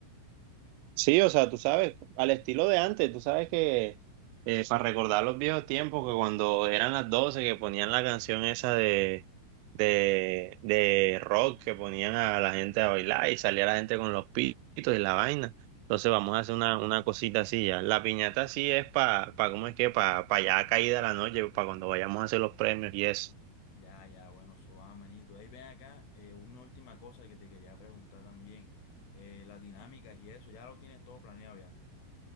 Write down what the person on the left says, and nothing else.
Ya, ya, bueno, eso va, manito. Ey, ven acá, eh, una última cosa que te quería preguntar también. Eh, las dinámicas y eso, ya lo tienes todo planeado ya.